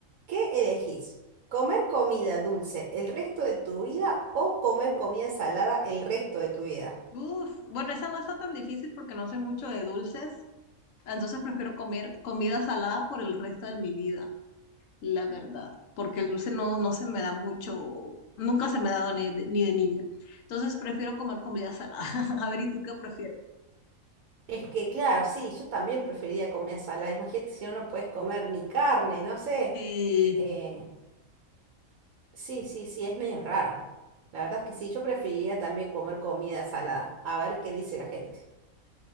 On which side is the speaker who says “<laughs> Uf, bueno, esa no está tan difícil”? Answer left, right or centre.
Left